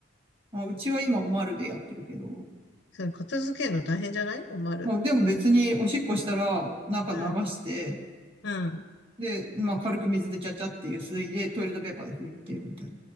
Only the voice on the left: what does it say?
それ片付けるの大変じゃないおまる。
うん。うん。